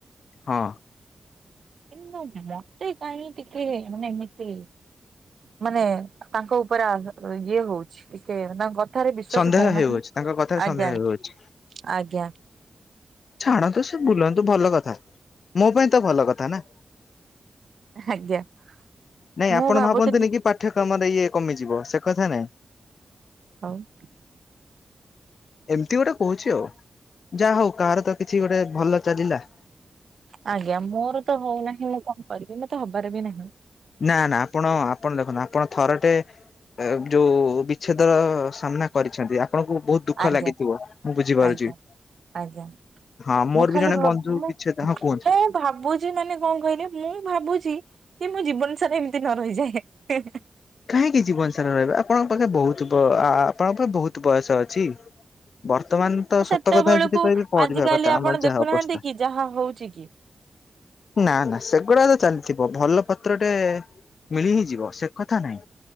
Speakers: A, on the left; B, on the right.
A: ହଁ।
B: କିନ୍ତୁ ମତେ କାହିଁ ଟିକେ ମାନେ ଏମିତି ମାନେ ତାଙ୍କ ଉପରେ ଆ ଇଏ ହୋଉଛି ଟିକେ ତାଙ୍କ କ ଠାରେ ବିଶ୍ଵାସ
A: ସନ୍ଦେହ
B: ହୋଉନାହିଁ
A: ହେଉଅଛି ତାଙ୍କ କଥାରେ
B: ଆଜ୍ଞା
A: ସନ୍ଦେହ
B: ଆଜ୍ଞା
A: ହେଉଅଛି
B: ଆଜ୍ଞା।
A: ଛାଡ଼ନ୍ତୁ ସେ ବୁଲନ୍ତୁ ଭଲ କଥା ମୋ ପାଇଁ ତ ଭଲ କଥା ନା।
B: ଆଜ୍ଞା।
A: ନାଇଁ
B: ମୁଁ
A: ଆପଣ
B: ଭାବୁଥିଲି
A: ଭାବନ୍ତେନି କି ପାଠ୍ୟକ୍ରମରେ ଇଏ କମିଯିବ ସେ କଥା ନାଇଁ।
B: <unintelligible>
A: ଏମିତି ଗୋଟେ କୋହୁଛି ଆଉ ଯାହା ହୋଉ କାହାର ତ କିଛି ଗୋଟେ ଭଲ ଚାଲିଲା।
B: ଆଜ୍ଞା ମୋରୋ ତ ହୋଉ ନାହିଁ ମୁଁ କଁ କରିବି ମତେ ହବାର ବି ନାହିଁ।
A: ନା ନା ଆପଣ ଆପଣ ଦେଖନ୍ତୁ ଆପଣ ଥରଟେ ଏବ୍ ଯୋଉ ବିଚ୍ଛେଦର ସାମ୍ନା କରିଛନ୍ତି ଆପଣଙ୍କୁ ବୋହୁତ ଦୁଃଖ
B: ଆଜ୍ଞା
A: ଲାଗିଥିବ ମୁଁ ବୁଝିପାରୁଚି।
B: ଆଜ୍ଞା ଆଜ୍ଞା।
A: ହଁ ମୋରୋ
B: ମୁଁ ଖାଲି
A: ବି ଜଣେ
B: ଭାବୁ
A: ବନ୍ଧୁ
B: ମୁଁ
A: ବିଚ୍ଛେଦ ହଁ କୁହନ୍ତି।
B: ମୁଁ ଭାବୁଛି ମାନେ କଁ କହିଲେ ମୁଁ ଭାବୁଛି କି ମୁଁ ଜୀବନ ସାରା ଏମିତି ନ ରହିଯାଏ। <unintelligible>
A: କାହିଁକି ଜୀବନ ସାରା ରହିବେ ଆପଣଙ୍କ ପାଖେ ବହୁତ ଆପଣଙ୍କ ପାଖ ବହୁତ ବୟସ ଅଛି। ବର୍ତ୍ତମାନ! ତ
B: ସେତେବେଳକୁ
A: ସତ କଥା ସେଠି କହିବି କରିବା
B: ଆଜିକାଲି
A: କଥା
B: ଆପଣ
A: ଆମର ଯାହା
B: ଦେଖୁନାହାନ୍ତି
A: ଅବସ୍ଥା।
B: କି ଯାହା ହଉଛି କି
A: ନା ନା ସେଗୁଡା ତ ଚାଲିଥିବ ଭଲ ପାତ୍ରଟେ ମିଳି ହିଁ ଯିବ। ସେକଥା, ନଁ